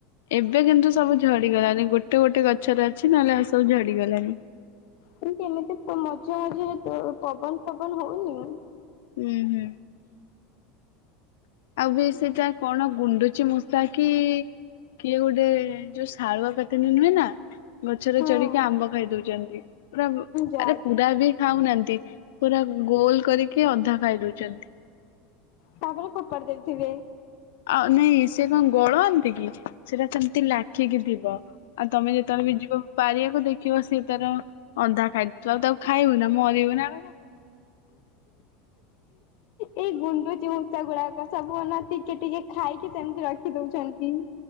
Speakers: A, on the left (about 90°); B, on the left (about 50°).
A: ଏବେ କିନ୍ତୁ ସବୁ ଝଡି ଗଲାଣିି ଗୋଟେ ଗୋଟେ ଗଛରେ ଅଛି ନହେଲେ ଆଉ ସବୁ ଝଡି ଗଲାଣି।
B: କିନ୍ତୁ ଏମିତି ପୁ ମଜା <unintelligible> ପବନ ଫବନ ହଉନି।
A: ଉଁ ହୁଁ। ଆଉ ବି ସେଇଟା କଣ ଗୁଣ୍ଡୁଚି ମୂଷା କି କିଏ ଗୋଟେ ଯୋଉ ସ୍ ଥାରୂଆପତିନି ନୁହେଁ ନା ଗଛରେ
B: ହଁ
A: ଚଢିକି ଆମ୍ବ ଖାଇ ଦଉଛନ୍ତି ପୁରା
B: ଯା
A: ଆରେ ପୁରା
B: ଯା
A: ବି ଖାଉନାହାନ୍ତି ପୁରା ଗୋଲ୍ କରିକି ଅଧା ଖାଇ ଦଉଚନ୍ତି।
B: ତାପରେ ଫୋପାଡି ଦେଇଥିବେ।
A: ଅ ନାଇଁ ସେ କଣ ଗଳନ୍ତି କି ସେ ବା ସେମ୍ତି ଲାଖିକି ଥିବ। ଆଉ ତମେ ଯେତେଅଳେ ବି ଯିବ ପାରିଆକୁ ଦେଖିବ ସେ ତାର ଅଧା ଖାଇ ଦେଇଥିବ ଆଉ ତାକୁ ଖାଇବୁ ନା ମରିବୁ ନା କଣ? <inaudible>
B: ଏଇ ଗୁଣ୍ଡୁଚି ମୂଷା ଗୁଡାକ ସବୁ ଅନା ଟିକେ ଟିକେ ଖାଇକି ସେମ୍ତି ରଖି ଦଉଛନ୍ତି।